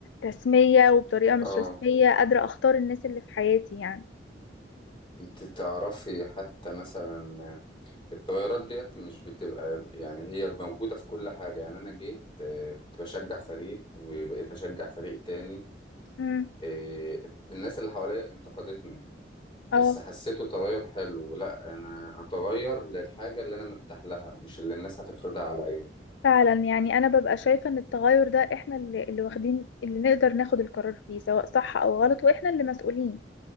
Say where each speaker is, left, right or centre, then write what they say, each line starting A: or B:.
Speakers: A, on the left; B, on the left.
A: رسميه وبطريقه مش
B: اه
A: رسميه قادره اختار الناس اللي في حياتي يعني
B: انت تعرفي حتى مثلا التغيرات ديت مش بتبقى يعني هي موجودة في كل حاجة يعني أنا جيت آه، كنت بشجع فريق وبقيت أشجع فريق تاني
A: امم
B: آه، الناس اللي حواليا انتقدتني
A: اه
B: بس حسيته تغير حلو لا أنا أتغير للحاجة اللي أنا مرتاح لها مش اللي الناس هتفرضها عليا
A: فعلا يعني انا ببقى شايفه ان التغير ده احنا اللي, اللي واخدين اللي نقدر ناخد القرار فيه سواء صح او غلط واحنا اللي مسؤولين